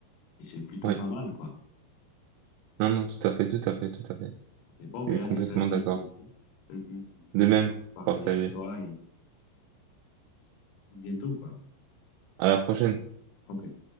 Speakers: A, on the left (about 80°); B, on the right (about 85°).
A: et c'est plutôt
B: ouais.
A: pas mal, quoi.
B: Non, non, tout à fait, tout à fait, tout à fait.
A: Ok, Bon, ben
B: Je suis
A: allez,
B: complètement
A: ça a été
B: d'accord.
A: un plaisir. Ça a été un plaisir
B: De même,
A: de partager
B: partagé.
A: avec toi et à bientôt, quoi.
B: À la prochaine.
A: Ok.